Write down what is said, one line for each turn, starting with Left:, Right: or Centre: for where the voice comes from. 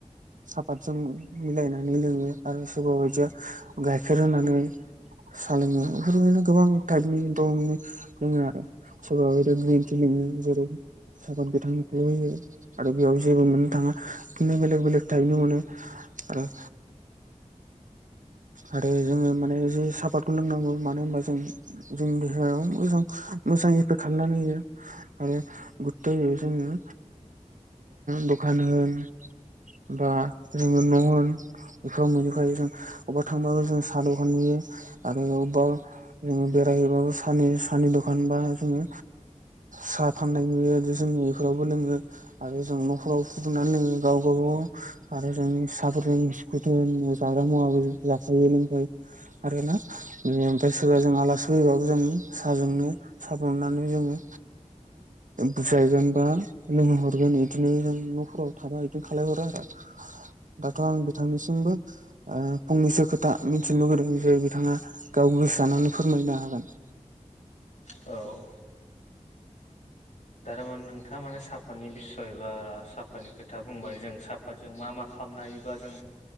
Right: साफातसो मिलायनानै लोङो आरो सोरबा बायदिया गाइखेर होनानै साोलोङो बेफोरबायदिनो गोबां टाइपनि दंनि लोङो आरो सोरबाा बिदिनो ग्रिन टि लिङो जेरै सापाद गोथांखौ होयो। आरो बेयाव जेबो मोननो थाङा बिदिनो बेलेक बेलेक थाहैनो मोनो आरो। आरो जोङो माने जे सापातखौ लोंनांगौ मानो होनबा जों जोंनि देहायाव मोज मोजां इफेक्ट खालामनानै होयो आरो गुरथाय होयो जोङो। दखान होनबा जोङो न' होन बेफोराव मोननिख जों अबेबा थांबाबो जों साहा दखान नुयो आरो अबेबा जोङो बेरायहैबाबो स सानि दखान बा जोङो। साहा फाननाय नुयो जोंङो बेफोरावबो लोङो। आरो जों न'खराव फुदुंनानै लोङो गाव गागाव आरो जों फिाहाफोर द सिखुदों जाग्रा मुवाबो जाफायो लोंफायो आरोना बे ओमफ्राय सोरबा जों आलासि फैबावो जो साहाजोंनो साहा बननानै जोङो। बुजायगोन बा लोंहहरगोन बिदिनो जों न'फोराव थाबा बिदिनो खालामलायहरो आरो। दाथ' आं बिथांनिसिमबो फंनैसो खोथा मिथिनो लुगैदों जे बिथाङा गाव गोसो जानानै फोरमायनो हागोन।
Left: औ दमाने नोंथाङा माने साफानि बिसय बा साफानि खोथा बुंबाय जों साफ जों मा मा खालामनो हायोबा जों